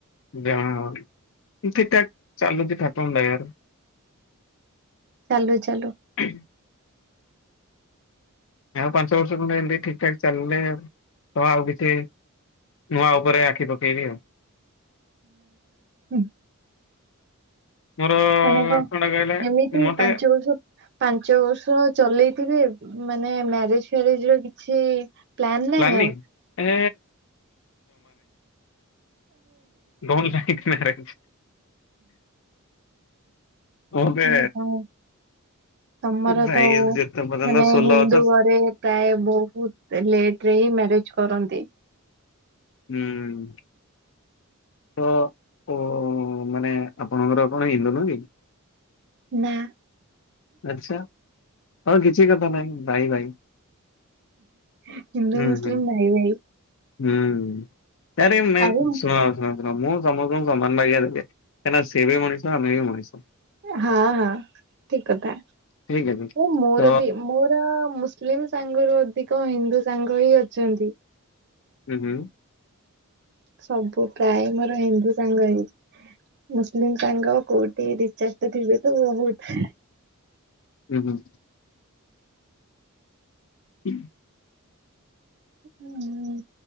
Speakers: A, on the left; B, on the right.
A: ଯା ହ ଠିକ ଠାକ ଚାଲୁଛି ଠାକୁରଙ୍କ ଦୟାରୁ।
B: ଚାଲୁ ଚାଲୁ,
A: ହୁଁ ଆଉ ପାଞ୍ଚ ବର୍ଷ ଖଣ୍ଡେ ଏମିତି ଠିକ ଠାକ ଚାଲିଲେ ତ ଆଉ କିଛି ନୂଆ ଉପରେ ଆଖି ପକେଇବି ଆଉ।
B: ହଁ।
A: ମୋର
B: ମାନେ କଣ
A: କଣଟା କହିଲେ
B: ଏମିତି
A: ମତେ
B: ପାଞ୍ଚ ବର୍ଷ ପାଞ୍ଚ ବର୍ଷ ଚଲେଇଥିବେ ମାନେ ମ୍ୟାରେଜ ଫ୍ୟାରେଜ୍ ର କିଛି-ଇ-ଇ ପ୍ଲାନ ନାଇଁ
A: ପ୍ଲାନିଂ
B: ଆଉ <unintelligible>
A: ଏ ଡୋନଟ୍ ଲାଇକ୍ ମ୍ୟାରେଜ୍। ମତେ
B: ସେ ହ ତମର
A: ଭାଇ
B: ତ
A: ଯେତେ ପର୍ଯ୍ୟନ୍ତ
B: ମାନେ
A: ସୋଲ
B: ହିନ୍ଦୁ
A: ଅଛ
B: ଘରେ ପ୍ରାୟ ବହୁତ ଲେଟ ରେ ହିଁ ମ୍ୟାରେଜ କରନ୍ତି।
A: ହୁଁ। ତ ଓ ମାନେ ଆପଣଙ୍କର କଣ ହିନ୍ଦୁ ନୁହଁ କି?
B: ନା।
A: ଆଛା ହଁ କିଛି କଥା ନାଇଁ ଭାଇ ଭାଇ।
B: ହିନ୍ଦୁ
A: ହୁଁ
B: ମୁସଲିମ୍
A: ହୁଁ
B: ଭାଇ ଭାଇ।
A: ହୁଁ ତାରେ ମେ
B: ଆରେ
A: ଶୁଣ ଶୁଣ। ପ୍ରଭୁ ସମସ୍ତଙ୍କୁ ସମାନ ବାଗିଆ ଦେଲେ କାହିଁକିନା ସେ ବି ମଣିଷ ଆମେ ବି ମଣିଷ।
B: ହଁ ହଁ ଠିକ କଥା
A: ଠିକ୍ ଅଛି
B: ହ ମୋର
A: ତ
B: ବି ମୋର ମୁସ ମୁସଲିମ ସାଙ୍ଗରୁ ଅଧିକ ହିନ୍ଦୁ ସାଙ୍ଗ ହିଁ ଅଛନ୍ତି।
A: ହୁଁ ହୁଁ।
B: ସବୁ ପ୍ରାୟ ମୋର ହିନ୍ଦୁ ସାଙ୍ଗ ହେଇ ମୁସଲିମ୍ ସାଙ୍ଗ କୋଉଠି ଦି ଚାରିଟା ଥିବେତ ବହୁତ ତ ଥିବେ ତ ବହୁତ୍।
A: ଉଁ ହୁଁ। ହୁଁ।
B: ହୁଁ